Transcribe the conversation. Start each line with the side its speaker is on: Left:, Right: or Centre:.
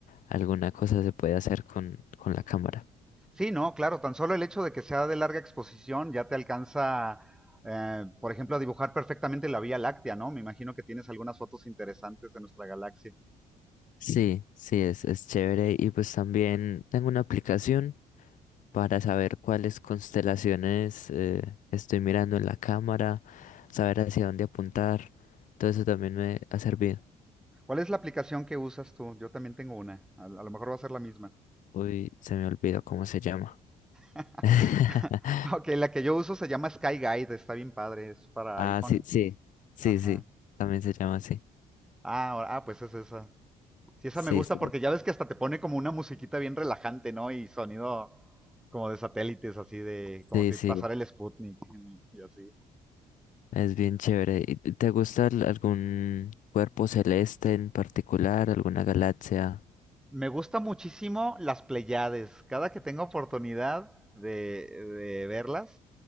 Left: alguna cosa se puede hacer con, con la cámara.
Centre: Sí, no, claro, tan solo el hecho de que sea de larga exposición ya te alcanza, eh, por ejemplo, a dibujar perfectamente la Vía Láctea, ¿no? Me imagino que tienes algunas fotos interesantes de nuestra galaxia.
Left: Sí, sí, es, es chévere. Y pues también tengo una aplicación para saber cuáles constelaciones eh, estoy mirando en la cámara, saber hacia dónde apuntar. Todo eso también me ha servido.
Centre: ¿Cuál es la aplicación que usas tú? Yo también tengo una. A, a lo mejor va a ser la misma.
Left: Uy, se me olvidó cómo se llama.
Centre: <laughs>
Left: <laughs>
Centre: Ok, la que yo uso se llama Sky Guide. Está bien padre. Es para
Left: Ah,
Centre: iPhone.
Left: sí, sí, sí,
Centre: Ajá.
Left: sí, también se llama así.
Centre: Ah, ahora- ah, pues es esa. Sí, esa
Left: Sí,
Centre: me gusta
Left: sí,
Centre: porque ya ves que hasta te pone como una musiquita bien relajante, ¿no? Y sonido como de satélites, así de como
Left: sí,
Centre: si
Left: sí,
Centre: pasara el Sputnik <laughs> y así.
Left: es bien chévere. ¿Y t- ¿Te gusta al- algún cuerpo celeste en particular, alguna galaxia?
Centre: Me gusta muchísimo las Pleiades. Cada que tengo oportunidad de, de verlas,